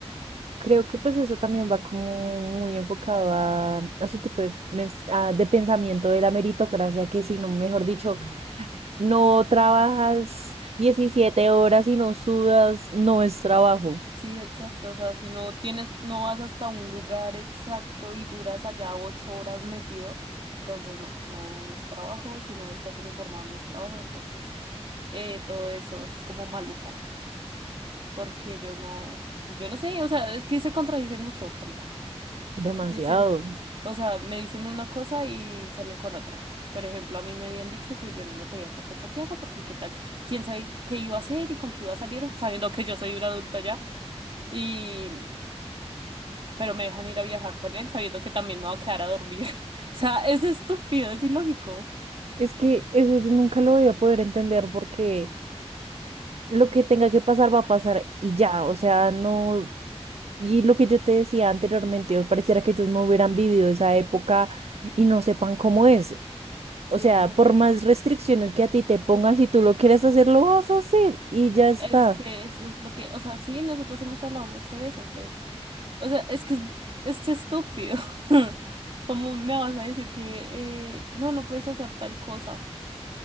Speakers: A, on the right; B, on the right.
A: Creo que pues eso también va como muy enfocado a, a su tipo de, mens- a- de pensamiento de la meritocracia, que si no, mejor dicho, No trabajas 17 horas y no sudas, no es trabajo.
B: Sí, exacto, o sea, si no tienes, no vas hasta un lugar exacto y duras allá ocho horas metido, entonces no, no es trabajo, si no estás uniformado no es trabajo, entonces eh, todo eso es como maluco, porque ellos no, yo no sé, o sea, es que se contradicen mucho, Camila.
A: Demasiado.
B: Dicen, o sea, me dicen una cosa y salen con otra. Por ejemplo, a mí me habían dicho que yo no me podía quedar con Santiago porque qué tal, quién sabe qué iba a hacer y con qué iba a salir, sabiendo que yo soy un adulto ya. Y, pero me dejan ir a viajar con él sabiendo que también me va a quedar a dormir. <laughs> O sea, es estúpido, es ilógico.
A: Es que eso yo nunca lo voy a poder entender porque lo que tenga que pasar va a pasar y ya, o sea, no. Y lo que yo te decía anteriormente, pareciera que ellos no hubieran vivido esa época y no sepan cómo es.
B: Sí,
A: O sea,
B: exacto.
A: por más restricciones que a ti te pongan, si tú lo quieres hacer, lo vas a hacer y ya está.
B: Es que eso es lo que, o sea, sí, nosotros hemos hablado mucho de eso, que, o sea, es que es, es estúpido. <laughs> ¿Cómo me vas a decir que eh, no, no puedes hacer tal cosa?